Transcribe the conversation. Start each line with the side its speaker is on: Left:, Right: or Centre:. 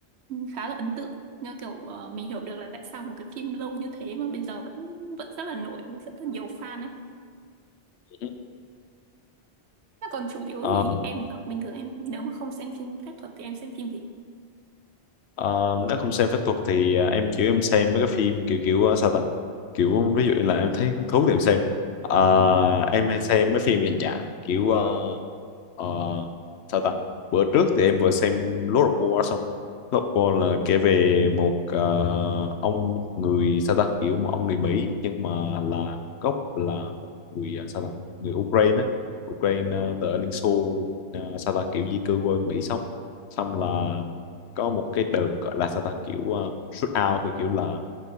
Right: khá là ấn tượng như kiểu ờ, mình hiểu được là tại sao một cái phim lâu như thế mà bây giờ vẫn vẫn rất là nổi với rất là nhiều fan ấy
Left: ừ.
Right: Thế còn chủ yếu
Left: Ờ,
Right: thì em thì sao bình thường em nếu mà không xem phim phép thuật thì em xem phim gì
Left: Ờ, nếu không xem phép thuật thì à, em kiểu em xem mấy cái phim kiểu kiểu à, sao ta kiểu ví dụ như là em thấy hứng thú thì em xem Ờ,
Right: Ừ.
Left: em hay xem mấy phim dành dạng kiểu ờ, ờ, sao ta bữa trước thì em vừa xem Lord of War xong Lord of War là kể về một ờ, ông người sao ta kiểu một ông người Mỹ nhưng mà là gốc là một người à, sao ta người Ukraine á Ukraine ờ, từ ở Liên Xô ờ, sao ta kiểu di cư qua Mỹ sống xong là có một cái đợt gọi là sao ta kiểu uh, shoot out kiểu, kiểu là